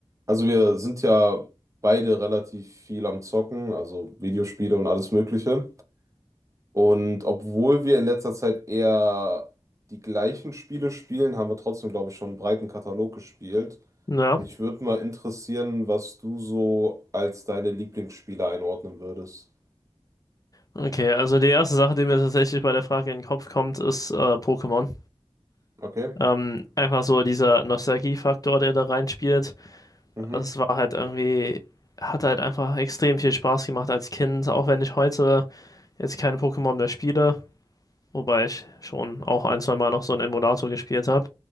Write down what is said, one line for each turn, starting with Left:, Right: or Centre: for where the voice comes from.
Right: Also wir sind ja beide relativ viel am Zocken, also Videospiele und alles Mögliche. Und obwohl wir in letzter Zeit eher die gleichen Spiele spielen, haben wir trotzdem, glaube ich, schon einen breiten Katalog gespielt.
Left: Ja,
Right: Mich würde mal interessieren, was du so als deine Lieblingsspiele einordnen würdest.
Left: okay. Also die erste Sache, die mir tatsächlich bei der Frage in den Kopf kommt, ist äh, Pokémon.
Right: Okay.
Left: Ähm, einfach so dieser Nostalgiefaktor, der da reinspielt.
Right: Mhm.
Left: Also Es war halt irgendwie, hat halt einfach extrem viel Spaß gemacht als Kind, auch wenn ich heute jetzt keine Pokémon mehr spiele, wobei ich schon auch ein, zwei Mal noch so einen Emulator gespielt habe.